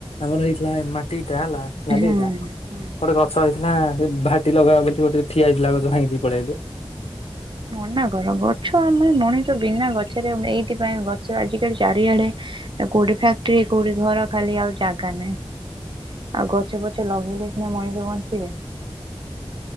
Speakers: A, on the left (about 80°); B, on the right (about 55°).
A: ଆମର ହେଇଥିଲା ମାଟି ଇଟା ହେଲା ନାଲି
B: ହୁଁ
A: ଇଟା
B: ହୁଁ
A: ଗୋଟେ ଗଛ। ସରିଥିଲା ସେ ଭାଟି ଲଗା ହବ ବୋଲି ଗୋଟେ ଠିଆଇଥିଲା ଗଛ ଭାଙ୍ଗି ଦେଇ ପଳେଇଆଇଲି।
B: ମନା କର ଗଛ ଆମେ ମଣିଷ ବିନା ଗଛରେ ଏଇଥିପାଇଁ ଗଛ ଆଜିକାଲି ଚାରିଆଡେ। କୋଉଠି ଫ୍ୟାକ୍ଟ୍ରି କୋଉଠି ଘର। ଖାଲି ଆଉ ଜାଗା ନାହିଁ ଆଉ ଗଛ ପଛ ଲଗେଇଲେ ସିନା ମଣିଷ ବଞ୍ଚିବେ।